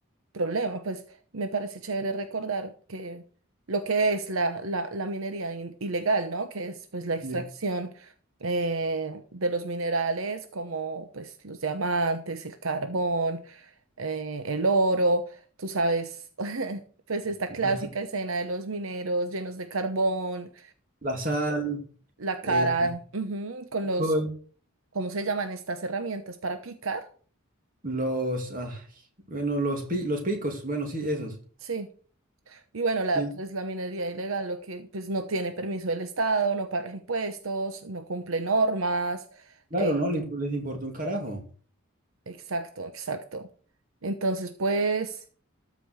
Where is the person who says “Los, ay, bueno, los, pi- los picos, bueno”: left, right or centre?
Right